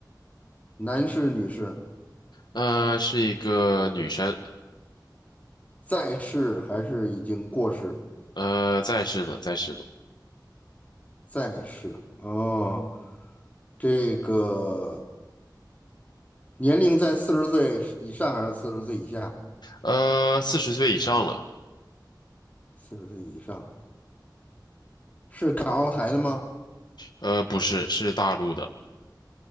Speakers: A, on the left; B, on the left.
A: 男士、女士，
B: 呃，是一个女生。
A: 在世还是已经过世？
B: 呃，在世呢，在世呢，
A: 在世。哦，这个年龄在四十岁以上还是四十岁以下？
B: 呃，四十岁以上了，
A: 四十岁以上，是港澳台的吗？
B: 呃，不是，是大陆的，